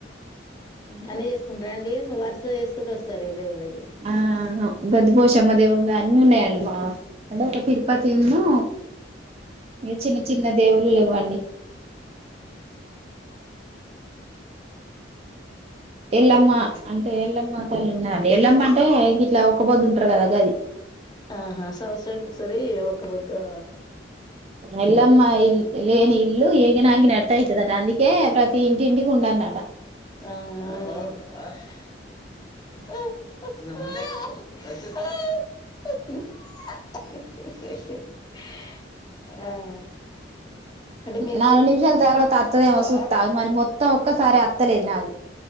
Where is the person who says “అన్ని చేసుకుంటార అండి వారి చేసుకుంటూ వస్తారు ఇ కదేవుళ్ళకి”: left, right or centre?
Left